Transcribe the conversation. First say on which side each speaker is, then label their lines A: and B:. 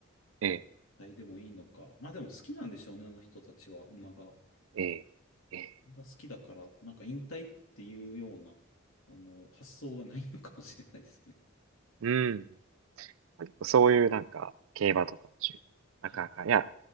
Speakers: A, on the right (about 75°); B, on the left (about 75°).
A: ええ、
B: 引退でもいいのか。まあでも好きなんでしょうね、あの人たちは、馬が。
A: ええ、ええ。
B: が好きだから、なんか引退っていうような、あの、発想がないのかもしれないですね。
A: うん。そういうなんか、競馬とかの趣味。
B: はい。
A: なかなか、いや、